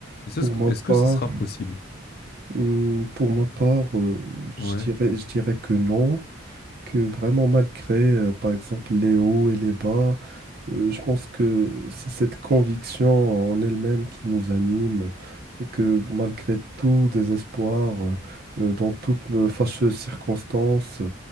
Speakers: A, on the left; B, on the right.
A: Est-ce
B: pour
A: que,
B: ma
A: est-ce que
B: part,
A: ce sera possible?
B: Hum, Pour ma part, euh,
A: Ouais.
B: je dirais, je dirais que non, que vraiment malgré, euh, par exemple, les hauts et les bas, euh, je pense que c'est cette conviction en elle-même qui nous anime, que malgré tout désespoir, euh, euh, dans toute euh, fâcheuse circonstance,